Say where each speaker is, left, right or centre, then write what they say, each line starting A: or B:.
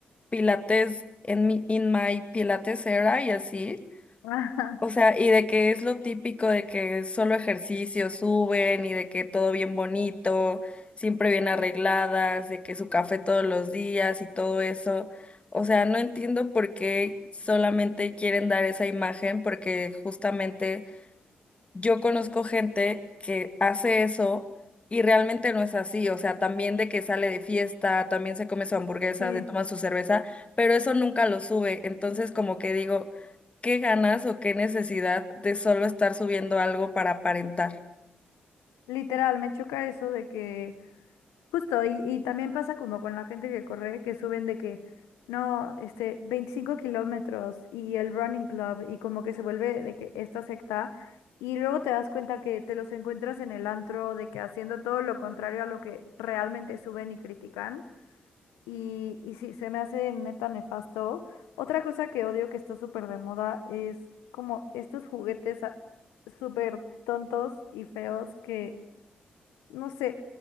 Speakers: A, on the left (about 30°); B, on the left (about 85°).
A: Pilates en mi, in my Pilates era y así.
B: <laughs> Ajá,
A: O sea, y de que es lo típico de que solo ejercicio suben y de que todo bien bonito, siempre bien arregladas, de que su café todos los días y todo eso. O sea, no entiendo por qué solamente quieren dar esa imagen, porque justamente yo conozco gente que hace eso y realmente no es así, o sea, también de que sale de fiesta, también se come su hamburguesa,
B: Sí.
A: se toma su cerveza, pero eso nunca lo sube, entonces como que digo, ¿qué ganas o qué necesidad de solo estar subiendo algo para aparentar?
B: Literal, me choca eso de que, justo, y, y también pasa como con la gente que corre, que suben de que, no, este, 25 kilómetros y el running club y como que se vuelve de que esta secta y luego te das cuenta que te los encuentras en el antro de que haciendo todo lo contrario a lo que realmente suben y critican y, y sí, se me hace neta nefasto. Otra cosa que odio que está súper de moda es como estos juguetes ah, súper tontos y feos que no sé,